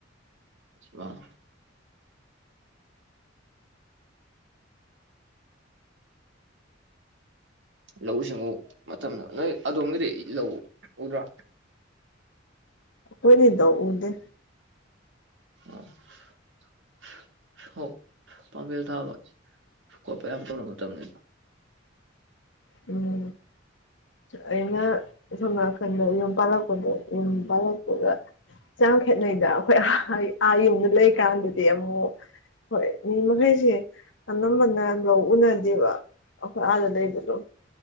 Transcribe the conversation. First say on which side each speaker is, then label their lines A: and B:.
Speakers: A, on the right; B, on the left.
A: <unintelligible> ꯂꯧꯎ ꯁꯤꯡꯎ ꯃꯇꯝꯗ ꯅꯣꯏ ꯑꯗꯣꯝꯒꯤꯗꯤ ꯂꯧ ꯎꯗ꯭ꯔꯣ
B: ꯑꯈꯣꯢꯗꯤ ꯂꯧ ꯎꯗꯦ
A: <unintelligible> ꯍꯧꯛ ꯄꯥꯝꯐꯦꯜ ꯊꯥꯕ ꯈꯣꯠꯄ ꯌꯥꯝ ꯇꯧꯅ ꯃꯇꯝꯅꯤꯗ
B: ꯎꯝ ꯑꯩꯅ ꯁꯣꯝ ꯅꯥꯀꯟꯗ ꯌꯨꯝ ꯄꯥꯜꯂꯛꯄꯗ ꯌꯨꯝ ꯄꯥꯜꯂꯛꯄꯒ ꯌꯥꯝ ꯈꯦꯠꯅꯩꯗ ꯑꯈꯣꯏ <unintelligible> ꯑꯥ ꯌꯨꯝꯗ ꯂꯩ ꯀꯥꯟꯗꯗꯤ ꯑꯃꯨꯛ ꯍꯣꯏ ꯃꯤ ꯃꯈꯩꯁꯤ ꯑꯅꯝꯕꯅ ꯂꯧ ꯎꯅ ꯗꯦꯕ ꯑꯈꯣꯏ ꯑꯥꯗ ꯂꯩꯕꯗꯨ